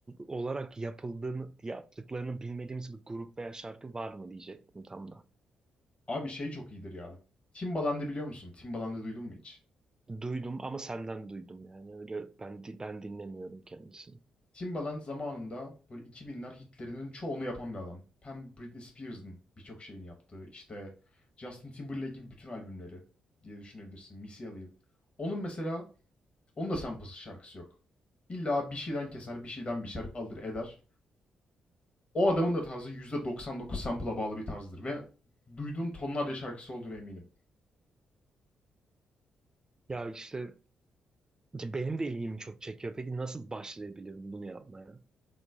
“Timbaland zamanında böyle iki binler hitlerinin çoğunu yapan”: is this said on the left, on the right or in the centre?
Left